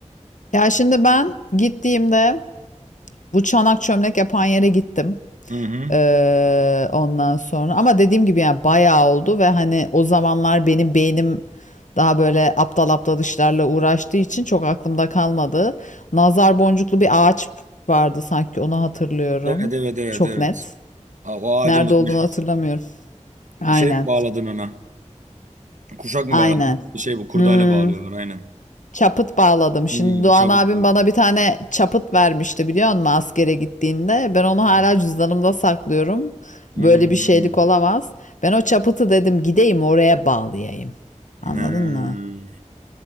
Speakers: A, on the left; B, on the right.
A: Ya şimdi ben gittiğimde Bu çanak çömlek yapan yere gittim.
B: Hı hı.
A: Ee, ondan sonra ama dediğim gibi yani bayağı oldu ve hani o zamanlar benim beynim daha böyle aptal aptal işlerle uğraştığı için çok aklımda kalmadı. Nazar boncuklu bir ağaç vardı sanki onu hatırlıyorum.
B: Evet, evet, evet,
A: Çok
B: evet.
A: net.
B: Aa, O ağacımız
A: Nerede olduğunu
B: meşhur.
A: hatırlamıyorum. Aynen.
B: Şey mi bağladın ona? Kuşak mı
A: Aynen.
B: bağladın? Bir şey bu, kurdale
A: Hmm.
B: bağlıyorlar aynen.
A: Çaput bağladım. Şimdi
B: Hmm,
A: Doğan
B: çabuk
A: abim
B: bağladı.
A: bana bir tane çaput vermişti biliyor musun askere gittiğinde. Ben onu hala
B: Evet.
A: cüzdanımda saklıyorum.
B: Hmm.
A: Böyle bir şeylik olamaz. Ben o çapıtı dedim gideyim oraya bağlayayım. Anladın
B: He.
A: mı?